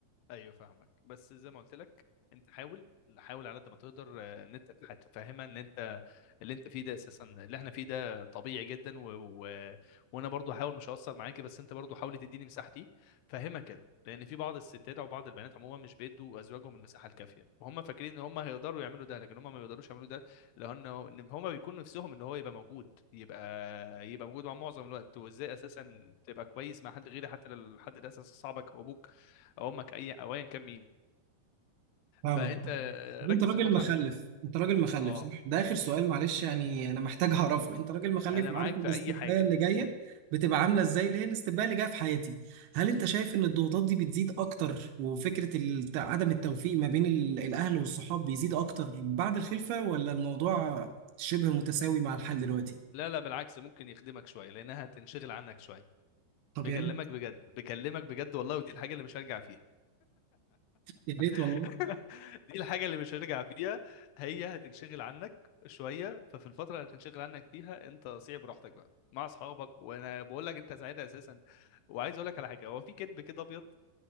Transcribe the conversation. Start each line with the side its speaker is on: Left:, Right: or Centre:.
Left: ايوه فاهمك بس زي ما قلت لك انت حاول حاول على قد ما تقدر آه، ان انت هتفهمها ان انت اللي انت فيه ده اساسا اللي احنا فيه ده طبيعي جدا و... و... وانا برضو هحاول مش هقصر معاكي بس انت برضو حاول تديني مساحتي فهمها كده لان في بعض الستات او بعض البنات عموما مش بيدوا ازواجهم المساحه الكافيه وهم فاكرين ان هم هيقدروا يعملوا ده لكن هم ما بيقدروش يعملوا ده لان إن هم بيكونوا نفسهم ان هو يبقى موجود يبقى يبقى موجود مع معظم الوقت وازاي اساسا تبقى كويس مع حد غيري حتى لو الحد ده اساسا صاحبك او ابوك او امك اي او ايا كان مين
Right: فاهمك
Left: فانت
Right: انت
Left: ركز
Right: راجل
Left: الفتره
Right: مخلف
Left: اللي جايه
Right: انت راجل مخلف
Left: اه
Right: صح؟ ده اخر سؤال
Left: امم
Right: معلش يعني انا محتاج اعرفه انت راجل مخلف
Left: انا
Right: وعارف
Left: معاك
Right: الاستبدال
Left: في اي حاجه
Right: اللي جايه
Left: قول
Right: بتبقى
Left: امم
Right: عامله ازاي اللي هي الاستبدال اللي جايه في حياتي هل انت شايف ان الضغوطات دي بتزيد اكتر وفكره ال- عدم التوفيق ما بين ال- الاهل والصحاب بيزيد اكتر بعد الخلفه ولا الموضوع شبه متساوي مع الحال دلوقتي
Left: لا لا بالعكس ممكن يخدمك شويه لانها هتنشغل عنك شويه
Right: طب
Left: بكلمك
Right: يا ريت
Left: بجد بكلمك بجد والله ودي الحاجه اللي مش هرجع فيها
Right: يا ريت
Left: <laughs>
Right: والله
Left: دي الحاجه اللي مش هرجع فيها هي هتنشغل عنك شويه ففي الفتره اللي هتنشغل عنك فيها انت صيع براحتك بقى مع اصحابك وانا بقول لك انت سعيد اساسا وعايز اقول لك على حاجه هو في كذب كده ابيض